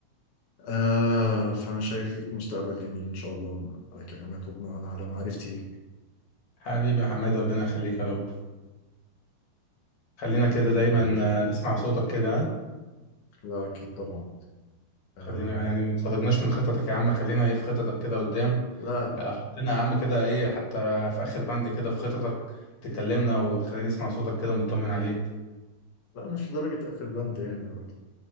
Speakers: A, on the left; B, on the left.
A: آه فأنا شايف ليك مستقبل جميل إن شاء الله بناء على كلامك وبناء على معرفتي ليك
B: حبيبي يا حماد ربنا يخليك يا رب خلينا كده دايما
A: آه خليك
B: آه، نسمع صوتك كده آه.
A: لا أكيد طبعا آه
B: خلينا يعني ما تخرجناش
A: طبعاً.
B: من خططك يا عم خلينا ايه في خططك كده قدام
A: لا
B: آه، حطينا يا عم كده ايه حتى في اخر بند كده في خططك تكلمنا وخلينا نسمع صوتك كده ونطمن عليك
A: لا مش لدرجة أقفل بند يعني يا راجل